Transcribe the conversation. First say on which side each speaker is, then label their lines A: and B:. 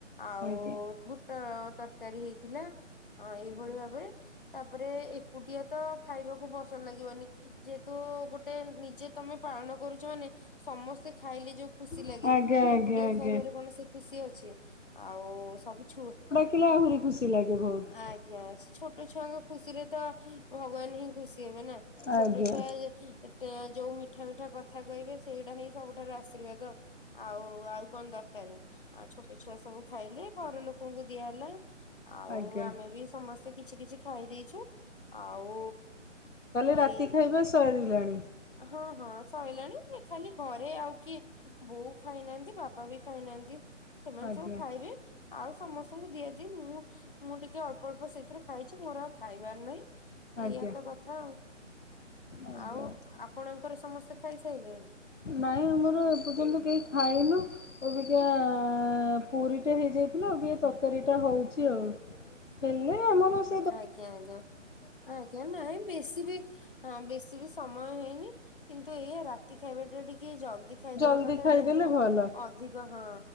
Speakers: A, on the left; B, on the left.
A: ଆଉ
B: ଆଜ୍ଞା ଆଜ୍ଞା
A: ବୁଟ ତରକାରୀ ହେଇଥିଲା, ଆ ଏଇଭଳି
B: ଆଜ୍ଞା
A: ଭାବରେ ତାପରେ ଏକୁଟିଆ ତ ଖାଇବାକୁ ପସନ୍ଦ ଲାଗିବନି, ଯେହେତୁ ଗୋଟେ ନିଜେ ତମେ ପାଳନ କରୁଛ ମାନେ ସମସ୍ତେ ଖାଇଲେ ଯୋଉ ଖୁସି
B: ଆଜ୍ଞା
A: ଲାଗେ
B: ଆଜ୍ଞା
A: ଏକୁଟିଆ
B: ଆଜ୍ଞା
A: ଖାଇବାରେ କଣ ସେ ଖୁସି ଅଛି? ଆଉ ସବୁ ଛୁ-
B: ଥିଲେ ଆହୁରି ଖୁସି ଲାଗେ ବହୁତ
A: ଆଜ୍ଞା ଅଛି ଛୋ ଛୋଟ ଛୁଆଙ୍କ ଖୁସି ରେ ତ ଭଗବାନ ହିଁ ଖୁସି ହେବେ ନା, ଛୋଟ
B: ଆଜ୍ଞା
A: ଛୁଆ ଯେ ଏତେ ଯୋଉ ମିଠା ମିଠା କଥା କହିବେ ସେଇଟା ହିଁ ସବୁଠାରୁ ଆଶୀର୍ବାଦ ଆଉ ଆଉ କଣ ଦରକାର ଆଉ ଛୋଟ ଛୁଆ ସବୁ ଖାଇଲେ ଘର ଲୋକଙ୍କୁ ଦିଆହେଲା, ଆଉ
B: ଆଜ୍ଞା
A: ଆମେ ବି ସମସ୍ତେ କିଛି କିଛି ଖାଇ ଦେଇଛୁ ଆଉ
B: ତାହାଲେ
A: ଏଇ
B: ରାତି ଖାଇବା ସରିଲାଣି?
A: ହଁ ହଁ ସଇଲାଣି, ଖାଲି ଘରେ ଆଉ କିଏ ବୋଉ ଖାଇନାହାନ୍ତି, ବାପା ବି ଖାଇନାହାନ୍ତି, ସେମାନେ
B: ଆଜ୍ଞା
A: ସବୁ ଖାଇବେ ଆଉ ସମସ୍ତଙ୍କୁ ଦିଆଦି ମୁଁ ମୁଁ ଟିକେ ଅଳ୍ପ ଅଳ୍ପ ସେଥିରୁ ଖାଇଚି ମୋର ଆଉ ଖାଇବାର ନାଇଁ
B: ଆଜ୍ଞା
A: ଏୟା ତ କଥା
B: ଆଜ୍ଞା
A: ଆଉ, ଆଉ ଆପଣଙ୍କର ସମସ୍ତେ ଖାଇସାଇଲେଣି?
B: ନାଇଁ, ଆମର ଏପର୍ଯ୍ୟନ୍ତ କେହି ଖାାଇନୁ ଅବିକା--ପୁରି ଟା ହେଇଯାଇଥିଲା, ଅବିକା ତରକାରୀ ଟା ହଉଚି ଆଉ। ହେଲେ ଆମର ସେ
A: ଆଜ୍ଞା, ଆଜ୍ଞା, ଆଜ୍ଞା। ନାଇଁ ବେଶି ବି ହଁ ବେଶି ବି ସମୟ ହେଇନି, କିନ୍ତୁ ଏଇଆ ରା ତି ଖାଇବା ଟା ଟିକେ ଜଲ୍ଦି ଖାଇଦବା
B: ଜଲ୍ଦି
A: କଥା,
B: ଖାଇଦେଲେ
A: ଯେହେତୁ ଅ
B: ଭଲ
A: ଅଧିକ ହଁ